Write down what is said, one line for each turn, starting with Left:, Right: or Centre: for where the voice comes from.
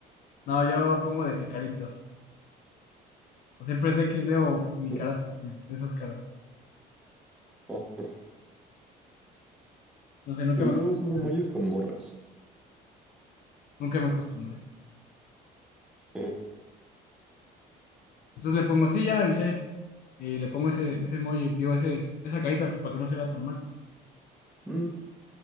Left: No, yo pongo de que caritas. Siempre es equis de o mi
Centre: Ujú.
Left: cara, pues, esas caras.
Centre: Ah,
Left: No sé, nunca
Centre: yo,
Left: me
Centre: yo
Left: acostumbré.
Centre: no uso emojis con morras.
Left: Nunca me acostumbré.
Centre: Eh,
Left: Entonces le pongo, sí, ya le avisé. Y le pongo ese, ese emoji, digo, ese, esa carita pues, para que no se vea tan mal.
Centre: mm,